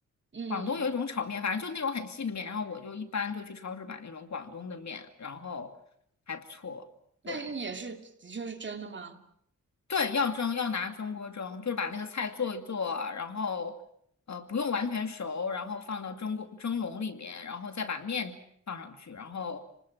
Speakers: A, on the right (about 40°); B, on the left (about 65°).
A: 嗯嗯嗯，
B: 广东有一种炒面，反正就那种很细的面。然后我就一般就去超市买那种广东的面，然后还不错，
A: 那你也是，
B: 对。
A: 的确是真的吗？
B: 对，要蒸，要拿蒸锅蒸，
A: 哦，
B: 就是把那个菜做一做，然后呃不用完全熟，然后放到蒸锅蒸笼里面，然后再把面放上去，然后